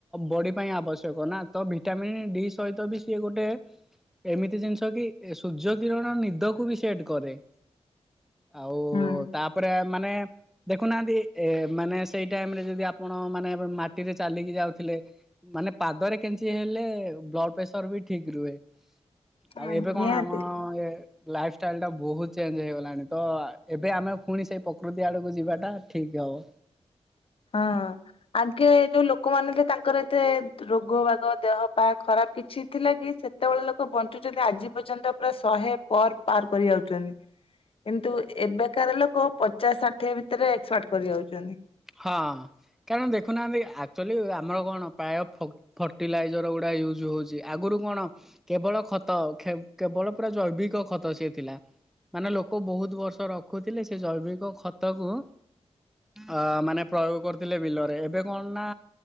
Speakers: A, in the centre; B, on the left (about 55°).
A: ବଡି ପାଇଁ ଆବଶ୍ୟକ ନା ତ ଭି ଭିଟାମିନ୍ ଡି ସହିତ ବି ସିଏ ଗୋଟେ ଏମିତି ଜିନିଷ କି ସୂର୍ଯ୍ୟ କିରଣ ନିଦକୁ ବି <unintelligible> କରେ। ଆଉ
B: ହୁଁ
A: ତାପରେ ମାନେ ଦେଖୁନାହାନ୍ତି ଏ ମାନେ ସେଇ ଟାଇମ୍ ରେ ଯଦି ଆପଣ ମାନେ ମାଟିରେ ଚାଲିକି ଯାଉଥିଲେ। ମାନେ ପାଦରେ କେ <unintelligible> ହେଲେ ବ୍ଲଡ୍ ପ୍ରେସର୍ ବି ଠିକ ରୁହେ,
B: ହୁଁ
A: ଆଉ ଏବେ
B: ନିହାତି।
A: କଣ ଆମ ଏ ଲାଇଫଷ୍ଟାଇଲ୍ ଟା ବହୁତ ଚେଞ୍ଜ ହେଇଗଲାଣି, ତ ଏବେ ଆମେ ଫୁଣି ସେଇ ପ୍ରକୃତି ଆଡକୁ ଯିବାଟା ଠିକ୍ ହବ।
B: ହଁ ଆଗେ ଯୋଉ ଲୋକମାନେ ଥିଲେ ତାଙ୍କର ଏତେ ରୋଗ ବାଗ ଦେହ ପା ଖରାପ୍ କିଛି ଥିଲା କି, ସେତବଳ ଲୋକ ବଞ୍ଚୁଚନ୍ତି ଆଜି ପର୍ଯ୍ୟନ୍ତ ପୁରା ଶହେ ପର୍ ପାର୍ କରି ଯାଉଚନ୍ତି। କିନ୍ତୁ ଏବେକାର ଲୋକ ପଚାଶ୍ ଷାଠିଏ ଭିତେରେ ଏକ୍ସପାର୍ଟ କରି ଯାଉଚନ୍ତି।
A: ହଁ କାରଣ ଦେଖୁନାହାନ୍ତି, ଆକ୍ଚୁଆଲି ଆମର କଣ ପ୍ରାୟ ଫର୍ଟିଲାଇଜର୍ ଗୁଡ଼ା ୟୁଜ୍ ହେଉଚି, ଆଗୁରୁ କଣ କେବଳ ଖତ, କେବଳ ପୁରା ଜୈବିକ ଖତ ସିଏ ଥିଲା। ମାନେ ଲୋକ ବହୁତ୍ ବର୍ଷ ରଖୁଥିଲେ ସେ ଜୈବିକ ଖତ କୁ ଅ ମାନେ ପ୍ରୟୋଗ କରିୁଥିଲେ ବିଲରେ, ଏବେ କଣ ନା